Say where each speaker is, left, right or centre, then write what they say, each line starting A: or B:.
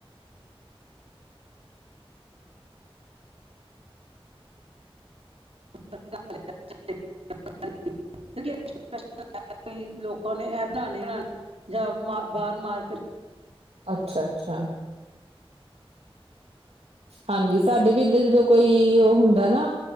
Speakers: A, on the right; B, on the right.
A: <inaudible>
B: <inaudible>
A: <unintelligible> ਲੋਕਾਂ ਨੇ ਏ ਬਨਾਣਾ ਹੀ ਬਨਾਣਾ ਜਾਂ ਬਾਰ ਮਾਰਕੀਟ।
B: ਅੱਛਾ, ਅੱਛਾ ਹਾਂਜੀ, ਸਾਡੇ ਵੀ ਇੱਧਰ ਜਦੋਂ ਕੋਈ, ਉਹ ਹੁੰਦਾ ਨਾ